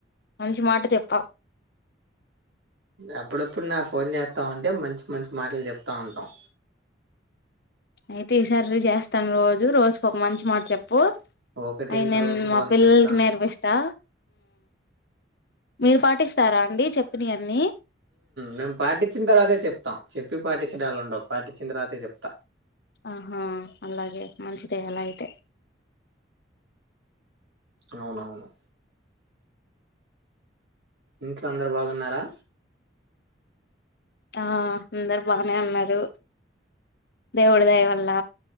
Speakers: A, on the left; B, on the right.
A: మంచి మాట చెప్పావు
B: అప్పుడప్పుడు నా ఫోన్ చేస్తా ఉంటే మంచి మంచి మాటలు చెప్తా ఉంటాం
A: అయితే ఈసారి చేస్తాను రోజు రోజుకు ఒక మంచి మాట చెప్పు
B: ఒకటేంటి
A: అయి నేను
B: రోజుకు
A: మా
B: వంద
A: పిల్లలకి
B: చెప్తాను.
A: నేర్పిస్తా మీరు పాటిస్తారా అండి చెప్పినవన్నీ
B: మేము పాటించిన తర్వాతే చెప్తాం చెప్పి పాటించడాలు ఉండవు పాటించిన తర్వాతే చెప్తాం
A: ఆహా అలాగే మంచిదే అలా అయితే
B: అవునవును ఇంట్లో అందరు బాగున్నారా
A: ఆ అందరు బానే ఉన్నారు దేవుడిదయ వల్ల